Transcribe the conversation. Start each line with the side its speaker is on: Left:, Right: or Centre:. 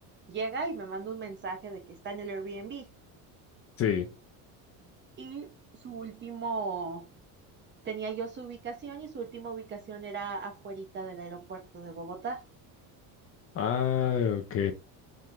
Right: llega y me manda un mensaje de que está en el Airbnb.
Left: sí.
Right: Y su último, tenía yo su ubicación y su última ubicación era afuerita del aeropuerto de Bogotá.
Left: Ah, ok.